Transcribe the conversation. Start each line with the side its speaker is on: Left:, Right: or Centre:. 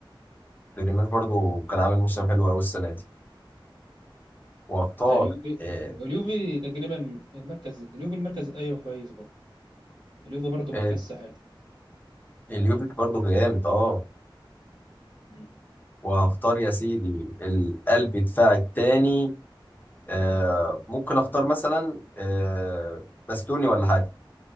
Left: ريمير برضو كان عامل موسم
Right: مم.
Left: حلو قوي السنه دي وهختار
Right: بتاع اليوفي
Left: آه،
Right: اليوفي تقريبا المركز اليوفي المركز ايوه كويس برضه اليوفي برضه مركزه
Left: آه،
Right: حلو
Left: اليوفيك
Right: تمام
Left: برضو جامد اه
Right: مم.
Left: وهختار يا سيدي القلب دفاع التاني آه، ممكن اختار مثلا آه، باستوني ولا حاجه